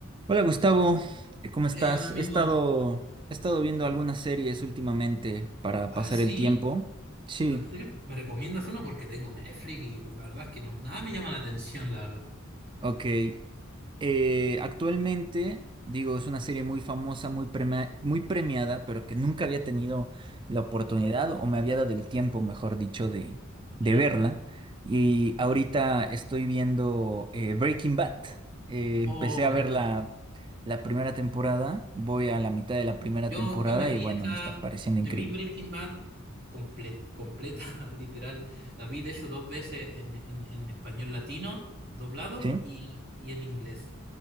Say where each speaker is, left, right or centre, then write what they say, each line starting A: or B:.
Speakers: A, on the right (about 25°); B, on the right (about 50°).
A: Hola Gustavo, eh, ¿cómo estás?
B: Hey, hola amigo.
A: He estado, he estado viendo algunas series últimamente para
B: Ah,
A: pasar
B: sí.
A: el tiempo. Sí,
B: ¿En serio? ¿Me recomiendas uno? Porque tengo Netflix y la verdad es que no, nada me llama la atención, la verdad.
A: ok. Eh, actualmente, digo, es una serie muy famosa, muy prema- muy premiada, pero que nunca había tenido la oportunidad o me había dado el tiempo, mejor dicho, de,
B: ¿Ya?
A: de verla. Y ahorita estoy viendo eh, Breaking Bad. Eh,
B: Oh,
A: empecé a
B: Breaking
A: ver la,
B: Bad.
A: la primera temporada, voy a la mitad de la primera
B: Yo,
A: temporada
B: yo me vi
A: y bueno,
B: esa,
A: me está pareciendo
B: me
A: increíble.
B: vi Breaking Bad complet- completa, <laughs> literal. La vi de hecho dos veces en, en, en español latino, doblado,
A: ¿Sí?
B: y, y en inglés.